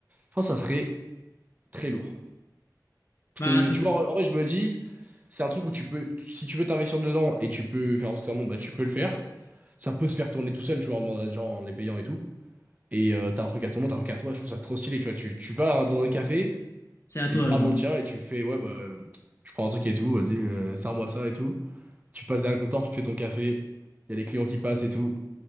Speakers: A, on the right (about 20°); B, on the left (about 40°).
A: je pense que ça serait très lourd. Parce
B: Bah
A: que
B: ça
A: tu
B: c'est
A: vois, en vrai, je me dis, c'est un truc où tu peux, si tu veux t'investir dedans et tu peux faire en sorte que ça monte, bah tu peux le faire. Ça peut se faire tourner tout seul, tu vois, en demandant à des gens, en les payant et tout. Et euh, t'as un truc à ton nom, t'as un truc à toi, je trouve ça trop stylé, tu vois. Tu, tu vas dans un café,
B: c'est à
A: c'est
B: toi
A: littéralement
B: genre.
A: le tien, et tu fais, ouais, bah, euh, je prends un truc et tout, vas-y, euh, sers-moi ça et tout. Tu passes derrière le comptoir, tu te fais ton café, il y a les clients qui passent et tout.